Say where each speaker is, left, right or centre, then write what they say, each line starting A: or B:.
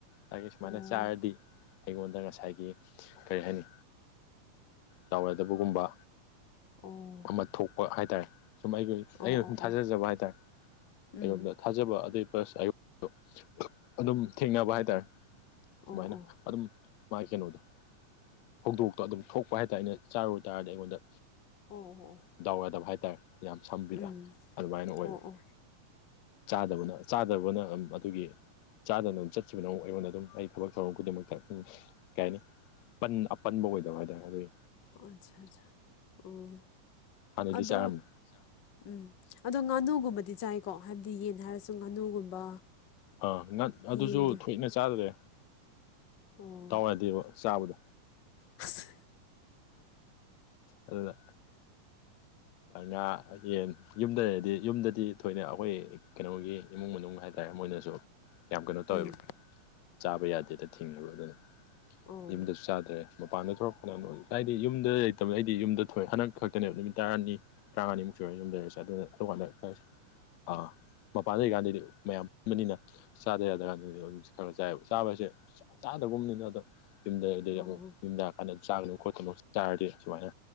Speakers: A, on the left; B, on the left.
A: ꯑꯩꯒꯤ ꯁꯨꯃꯥꯏꯅ
B: ꯑꯣ
A: ꯆꯥꯔꯗꯤ ꯑꯩꯉꯣꯟꯗ ꯉꯁꯥꯏꯒꯤ ꯀꯔꯤ ꯍꯥꯏꯅꯤ ꯗꯥꯎ ꯌꯗꯕꯒꯨꯝꯕ
B: ꯑꯣ
A: ꯑꯃ ꯊꯣꯛꯄ ꯍꯥꯏꯇꯥꯔꯦ ꯁꯨꯝ ꯑꯩꯒꯤ ꯑꯩꯅ
B: ꯑꯣ ꯑꯣ
A: ꯁꯨꯝ ꯊꯥꯖꯖꯕ
B: ꯑꯣ
A: ꯍꯥꯏꯇꯥꯔꯦ ꯑꯩꯉꯣꯟꯗ
B: ꯎꯝ
A: ꯊꯥꯖꯕ ꯑꯗꯩ ꯄ꯭ꯂꯁ ꯑꯩꯉꯟꯗ ꯑꯗꯨꯝ ꯊꯦꯡꯅꯕ ꯍꯥꯏꯇꯥꯔꯦ
B: ꯑꯣ
A: ꯁꯨꯃꯥꯏꯅ
B: ꯑꯣ
A: ꯑꯗꯨꯝ ꯃꯥꯒꯤ ꯀꯩꯅꯣꯗꯣ ꯊꯧꯗꯣꯛꯇꯣ ꯑꯗꯨꯝ ꯊꯣꯛꯄ ꯍꯥꯏꯇꯥꯔꯦ ꯑꯩꯅ ꯆꯥꯔꯨꯕ ꯇꯥꯔꯗꯤ ꯑꯩꯉꯣꯟꯗ
B: ꯑꯣ ꯑꯣ ꯑꯣ
A: ꯥꯗꯥꯎ ꯌꯗꯕ ꯍꯥꯏꯇꯥꯔꯦ ꯌꯥꯝ ꯁꯝꯕꯤꯗ
B: ꯎꯝ
A: ꯑꯗꯨꯃꯥꯏꯅ ꯑꯣꯏꯕ
B: ꯑꯣ ꯑꯣ
A: ꯆꯥꯗꯕꯅ ꯆꯥꯗꯕꯅ ꯑꯗꯨꯒꯤ ꯆꯥꯗꯅ ꯑꯗꯨꯝ ꯆꯠꯈꯤꯕꯅꯣ ꯑꯩꯉꯣꯟꯗ ꯑꯗꯨꯝ ꯑꯩ ꯊꯕꯛ ꯊꯧꯔꯝ ꯈꯨꯗꯤꯡꯃꯛꯇ ꯎꯝ ꯀꯩ ꯍꯥꯏꯅꯤ ꯄꯟ ꯑꯄꯟꯕ ꯑꯣꯏꯗꯕ ꯍꯥꯏꯇꯥꯔꯦ ꯑꯗꯨꯗꯤ
B: ꯑꯠꯆꯥ ꯑꯠꯆꯥ ꯑꯣ
A: ꯍꯥꯟꯅꯗꯤ
B: ꯑꯗꯣ
A: ꯆꯥꯔꯝꯃꯤ
B: ꯎꯝ ꯑꯗꯣ ꯉꯥꯅꯨꯒꯨꯝꯕꯗꯤ ꯆꯥꯏꯀꯣ ꯍꯥꯏꯕꯗꯤ ꯌꯦꯟ ꯍꯥꯏꯔꯁꯨ ꯉꯥꯅꯨꯒꯨꯝꯕ
A: ꯑꯥ ꯉ
B: ꯌꯦꯟꯒꯤ
A: ꯑꯗꯨꯁꯨ ꯊꯣꯏꯅ ꯆꯥꯗ꯭ꯔꯦ
B: ꯑꯣ
A: ꯗꯥꯎ ꯌꯥꯗꯦꯕ ꯆꯥꯕꯗꯣ
B: ꯑꯁ
A: ꯑꯗꯨꯅ ꯉꯥ ꯌꯦꯟ ꯌꯨꯝꯗ ꯂꯩꯔꯗꯤ ꯌꯨꯝꯗꯗꯤ ꯊꯣꯏꯅ ꯑꯩꯈꯣꯏ ꯀꯩꯅꯣꯒꯤ ꯏꯃꯨꯡ ꯃꯅꯨꯡ ꯍꯥꯏꯇꯥꯔꯦ ꯃꯣꯏꯅꯁꯨ ꯌꯥꯝ ꯀꯩꯅꯣ ꯇꯧꯋꯦꯕ
B: ꯎꯝ
A: ꯆꯥꯕ ꯌꯥꯗꯦꯗ ꯊꯤꯡꯉꯦꯕ ꯑꯗꯨꯅ
B: ꯑꯣ
A: ꯌꯨꯝꯗꯁꯨ ꯆꯥꯗ꯭ꯔꯦ ꯃꯄꯥꯟꯗ ꯊꯣꯛꯂꯛꯄꯅ ꯑꯃ ꯑꯣꯏ ꯍꯥꯏꯗꯤ ꯌꯨꯝꯗ ꯂꯩꯇꯕꯅ ꯑꯩꯗꯤ ꯌꯨꯝꯗ ꯊꯣꯏ ꯍꯟꯗꯛ ꯈꯛꯇꯅꯦꯕ ꯅꯨꯃꯤꯠ ꯇꯔꯥꯅꯤ ꯇꯔꯥꯉꯥꯅꯤꯃꯨꯛ ꯁꯨꯔꯦ ꯌꯨꯝ ꯂꯩꯔꯤꯁꯦ ꯑꯗꯨꯅ ꯑꯗꯨꯀꯥꯟꯗ ꯑꯥ ꯃꯄꯥꯟꯗ ꯂꯩꯔꯤꯀꯥꯟꯗꯗꯤ ꯃꯌꯥꯝ ꯄꯨꯕꯅꯤꯅ ꯆꯥꯗ ꯌꯥ ꯑꯗꯨꯀ ꯑꯗꯨꯝ ꯈꯔ ꯈꯔ ꯆꯥꯏꯕ ꯆꯥꯕ ꯍꯥꯏꯁꯦ ꯆꯥꯗ꯭ꯔꯒꯨꯝꯕꯅꯤꯅ ꯑꯗꯣ ꯌꯨꯝꯗꯗꯤ
B: ꯑꯣ
A: ꯑꯃꯨꯛ ꯌꯨꯝꯗ ꯑꯍꯟꯅ ꯑꯗꯨꯅ ꯆꯥꯒꯅꯨ ꯈꯣꯠꯀꯅꯨ ꯆꯥꯔꯗꯤ ꯁꯨꯃꯥꯏꯅ